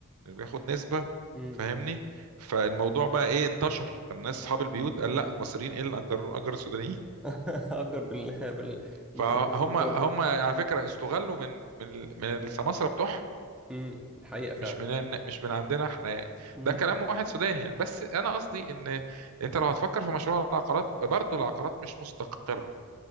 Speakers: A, on the right; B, in the centre.
A: اللي بياخد نسبة
B: امم
A: فاهمني فالموضوع بقى ايه انتشر الناس اصحاب البيوت قال لا مصريين ايه اللي اجروا اجر السودانيين
B: <laughs> اجر بال
A: فهم
B: بال 500 دولار
A: هم على فكرة استغلوا من من من السماسرة بتوعهم
B: امم دي حقيقة فعلا
A: مش من مش من عندنا احنا يعني
B: امم
A: ده كلام واحد سوداني يعني بس انا قصدي ان انت لو هتفكر في مشروع العقارات برضه العقارات مش مستقره